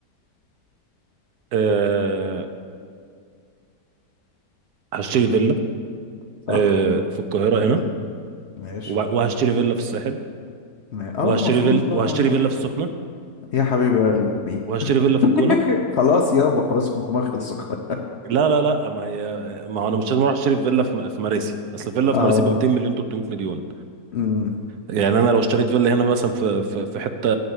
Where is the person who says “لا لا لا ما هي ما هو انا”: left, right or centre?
Right